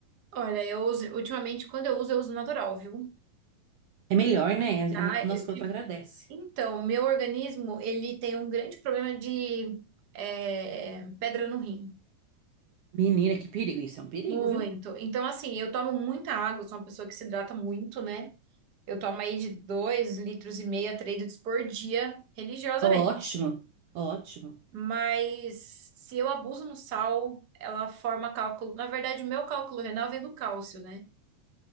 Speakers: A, on the right; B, on the right.
A: Olha, eu uso, ultimamente, quando eu uso, eu uso natural, viu?
B: É melhor, né? A-
A: Ah,
B: a- O nosso
A: eu tive.
B: corpo agradece.
A: Então, meu organismo, ele tem um grande problema de é, pedra no rim.
B: Menina, que perigo. Isso é um perigo,
A: Muito.
B: viu?
A: Então, assim, eu tomo muita água, sou uma pessoa que se hidrata muito, né? Eu tomo aí de 2 litros e meio a 3 litros por dia, religiosamente.
B: Ótimo, ótimo.
A: Mas se eu abuso no sal, ela forma cálculo. Na verdade, o meu cálculo renal vem do cálcio, né?